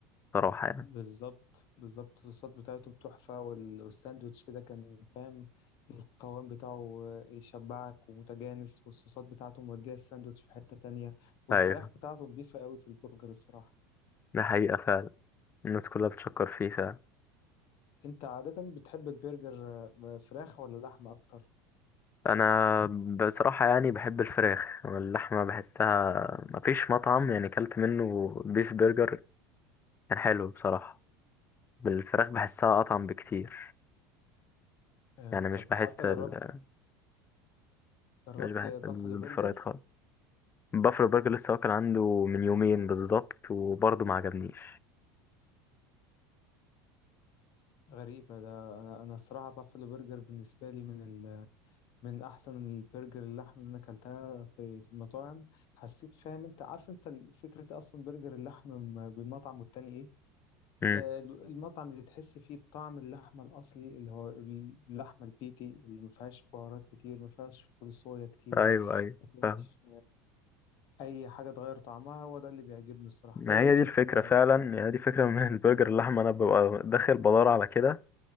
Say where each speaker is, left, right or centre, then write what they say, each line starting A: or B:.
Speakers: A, on the left; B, on the left.
A: صراحة يعني
B: بالظبط بالظبط الصوصات بتاعتهم تحفه وال- والساندوتش كده كان فاهم القوام بتاعه آه، يشبعك ومتجانس والصوصات بتاعته مودية الساندوتش في حته تانية والفراخ
A: ايوه
B: بتاعته نضيفه قوي في البرجر الصراحه
A: ده حقيقة فعلا الناس كلها بتشكر فيه
B: انت عادة بتحب البرجر آه، فراخ ولا لحمة اكتر
A: انا بصراحه يعني بحب الفراخ واللحمه بحسها مفيش مطعم يعني كلت منه بيف برجر كان حلو بصراحه بالفراخ بحسها اطعم بكتير
B: آه،
A: يعني مش
B: طب
A: بحس
B: حتى
A: ال...
B: جربت جربت
A: مش بحس
B: بافلو
A: ال- بالفرايد
B: برجر
A: خالص بافلو برجر لسه واكل عنده من يومين بالظبط وبرضه ما عجبنيش
B: غريبة ده انا انا الصراحة بافلو برجر بالنسبة لي من ال... من احسن البرجر اللحمة اللي انا اكلتها في في المطاعم حسيت فاهم انت عارف انت ال- فكرة اصلا برجر اللحمة م- بالمطعم والتاني ايه
A: امم
B: آه، ال- المطعم اللي تحس فيه بطعم اللحمة الأصلي اللي هو اللحمة البيتي اللي ما فيهاش بهارات كتير ما فيهاش فول صويا كتير
A: ايوه ايوه
B: ما فيهاش
A: فاهم
B: اي حاجه تغير طعمها هو ده اللي بيعجبني الصراحه
A: ما
B: ده لقيته
A: هي دي الفكره
B: في
A: فعلا يعني دي فكره من البرجر اللحمه انا ببقى داخل بدور على كده